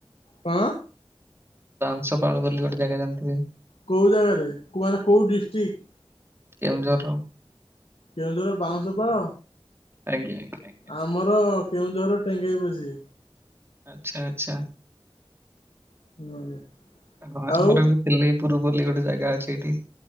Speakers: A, on the left (about 90°); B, on the right (about 25°).
A: କଣ?
B: ବାଉଁଶପାଳ ବୋଲି ଗୋଟେ ଜାଗା ଜାଣିଥିବେ।
A: କୋଉ ଜାଗାରେ କୁଆଁର କୋଉ ଡିଷ୍ଟ୍ରିକ୍ଟ?
B: କେନଉଁଝର ର
A: କେଉଁଝର ବାଉଁଶପାଳ।
B: ଆଜ୍ଞା ଆଜ୍ଞା ଆଜ୍ଞା।
A: ଆମର କେଉଁଝର ଟେଙ୍ଗେଇ ପୋଷି।
B: ଆଚ୍ଛା ଆଚ୍ଛା।
A: <inaudible>
B: ହଁ
A: ଆଉ
B: ଆମର ବି ପିଲେଇପୁର ବୋଲି ଗୋଟେ ଜାଗା ଅଛି ଏଇଠି।